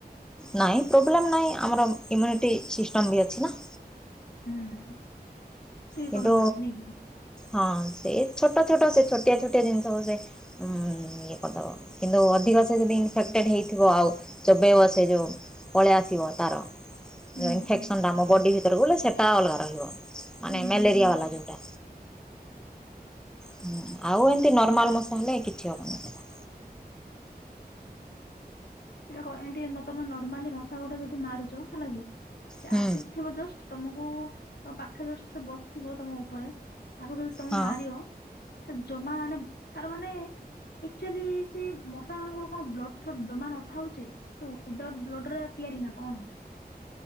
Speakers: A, in the centre; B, on the left.
A: ନାଇଁ ପ୍ରୋବ୍ଲେମ୍ ନାହିଁ ଆମର ଇମ୍ୟୁନିଟି ସିଷ୍ଟମ ବି ଅଛି ନା।
B: ହୁଁ। କିଲ୍
A: କିନ୍ତୁ
B: କରିଦବ ତାକୁ ନେଇକି
A: ହଁ ସେ ଛୋଟ ଛୋଟ ସେ ଛୋଟିଆ ଛୋଟିଆ ଜିନିଷ <unintelligible> ଉଁ ଇଏ କରିଦବ କିନ୍ତୁ ଅଧିକ ସେ ଯଦି ଇନଫେକ୍ଟେଡ଼୍ ହେଇଥିବ ଆଉ ଚୋବେଇବ ସେ ଯୋଉ ପଳେଇ ଆସିବ ତାର
B: ହୁଁ
A: ଯୋଉ ଇନଫେକ୍ସନଟା
B: ହୁଁ
A: ଆମ ବଡି ଭିତରକୁ ବଲେ ସେଟା ଅଲଗା ରହିବ। ମାନେ
B: ହୁଁ
A: ମ୍ୟାଲେରିଆ
B: ହୁଁ ହୁଁ।
A: ବାଲା ଯୋଉଟା। ହଁ ଆଉ ଏମତି ନର୍ମାଲ ମଶା ହେଲେ କିଛି ହବନି ସେଟା।
B: ସେଟା କଣ ଏମିତି ତମେ ନର୍ମାଲି ମଶା ଗୋଟେ ଯଦି ମାରୁଛ ହେଲା କି ସେ
A: ହୁଁ
B: ଆସିଥିବ ଜଷ୍ଟ୍ ତମକୁ ତ ପାଖେ ଜଷ୍ଟ ସେ ବସିଥିବ ତମ ଉପରେ ତାକୁ ଯଦି ତମେ
A: ହଁ।
B: ମାରିବ ସେ ଜମା ମାନେ ତାର ମାନେ ଆଚୁଆଲି ସେ ମଶା ମାନଙ୍କର କଣ ବ୍ଲଡ଼ ଫ୍ଲଡ଼ ଜମା ଥାଉଚି ଉଇ ଦାଉଟ୍ ବ୍ଲଡ଼ ରେ ତିଆରି ନା କଣ।